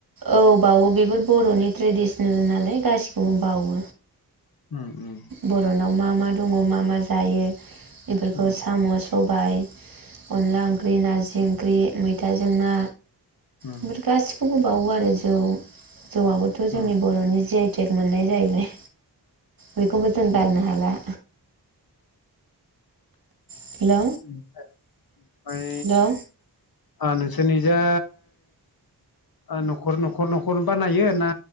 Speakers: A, on the right; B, on the left.
A: औ बावो बेफोर बर'नि ट्रेडिसनेल नालाय गासिखौबो बावो।
B: उम उम
A: बर'नाव मा मा दङ मा मा जायो? बेफोरखौ
B: उम उम
A: साम सबाय अनला ओंख्रि नार्जि ख्रि मैथाजों ना
B: उम उम
A: बेफोर गासिखौबो बाउवो आरो जौ जौआबोथ' जोंनि
B: उम
A: बर'नि जि आ <unintelligible> मोननाय जायैबाय बेखौबो जों गारनो
B: उम
A: हाला हेलौ
B: <unintelligible> ओमफाय
A: हेलौ
B: ओ नोंसोरनिजा ओ नखर नखर नखर बानायो ना